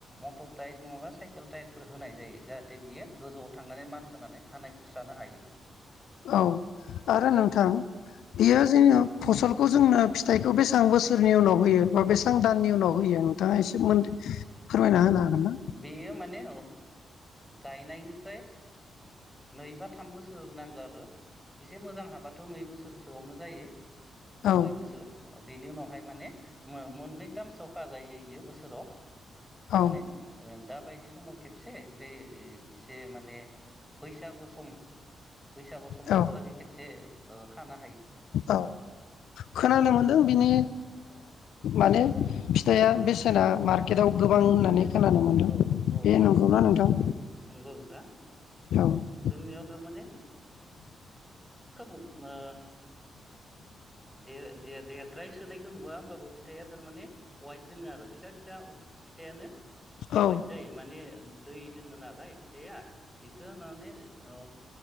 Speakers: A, in the centre; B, on the left.
A: मटर टायार नंङाबा साइकेल टायारफोर होनाय जायो जाहाथे बियो गोजौआव थांनानै मानखोनानै थानाय बुस्रानो हायो <unintelligible>
B: औ आरो
A: बिदि
B: नोंथां बियो जोंङो फसलखौ जोंनो फिथाइखौ बेसे बेसेबां बोसोरनि उनाव होयो बा बेसेबां दाननि उनाव होयो नोंथाङा एसे मोन फोरमायना होनो हागोन ना
A: बेयो माने गायनायनिफ्राय नै बा थाम बोसोर नांगौ आरो एसे मोजां हाबाथ' नै बोसोरसोआवनो जायो
B: औ
A: दुइ बोसोर बेनि उनावहाय माने मोननैथामसोखााजायो बोसोराव
B: औ
A: माने दा माबायदि समाव खेबसे ओमफ्राय एसे माने बैसागु सम बैसागु सम
B: औ
A: समलागै खेबसे खाना
B: औ खोनानो मोनदों बिनि माने फिथाइ या
A: उम
B: बेसेना मार्केट आआव गोबां होननानै खोनानो मोन्दों
A: औ औ
B: बे
A: औ
B: नंगौना नोंथां?
A: औ नंगौ नोंथां
B: औ
A: जोंनियाव थारमाने खोब आओ दे दे दे द्राय सोनायखौ नुवा होमबाबो फिथाइआ थारमाने वाइट दङ आरो फिसा फिसा फिथाइयानो
B: औ
A: वाइद जायो माने दै दोङो नालाय फिथाइया बेखौ माने ओ